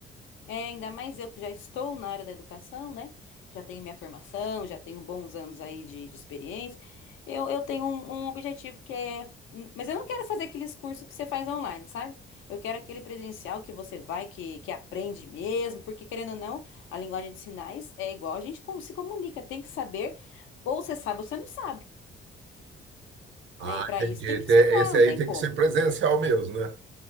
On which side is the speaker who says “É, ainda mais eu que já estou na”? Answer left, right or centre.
Left